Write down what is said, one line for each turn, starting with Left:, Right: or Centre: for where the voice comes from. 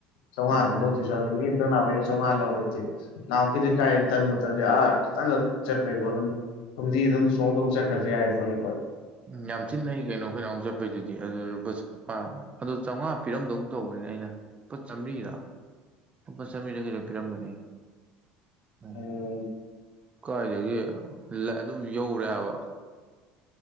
Left: ꯆꯧꯉꯥ
Right: ꯎꯝ
Left: ꯑꯗꯨꯝ ꯂꯧꯗꯣꯏꯖꯥꯂꯣ ꯃꯤ ꯑꯃꯇꯪ ꯂꯥꯛꯄꯩꯁꯨ ꯆꯧꯉꯥ ꯂꯧꯔꯗꯤ ꯅꯍꯥꯟꯃꯨꯛꯀꯤꯗꯤ ꯀꯥꯏ ꯇꯟꯕꯨ ꯇꯜꯂꯤ ꯑꯥ ꯈꯤꯇꯪ ꯈꯛ ꯆꯠꯄꯩꯕꯨ ꯑꯗꯨꯝ ꯐꯨꯝꯗꯤ ꯑꯗꯨꯝ ꯆꯣꯡ ꯆꯣꯡ ꯆꯠꯈ꯭ꯔꯖꯨ ꯌꯥꯏ ꯄꯣꯅꯤ ꯑꯩꯈꯣꯏ
Right: ꯎꯝ ꯌꯥꯝ ꯊꯤ ꯅꯛꯏ ꯀꯩꯅꯣ ꯑꯩꯈꯣꯏ ꯀꯥꯡꯒꯨ ꯆꯠꯄꯩꯗꯨꯗꯤ ꯑꯗꯨꯗ ꯕꯁ ꯑꯥ ꯑꯗꯨ ꯆꯧꯉꯥ ꯄꯤꯔꯝꯗꯧ ꯇꯧꯕꯅꯤꯅꯦ ꯑꯩꯅ ꯂꯨꯄꯥ ꯆꯥꯝꯔꯤꯔ ꯂꯨꯄꯥ ꯆꯝꯔꯤꯔ ꯀꯩꯅꯣ ꯄꯤꯔꯝꯕꯅꯦ ꯑ
Left: ꯎꯝ
Right: ꯀꯥꯏꯗꯒꯤ ꯂꯛ ꯑꯗꯨꯝ ꯌꯧꯔꯦ ꯍꯥꯏꯕ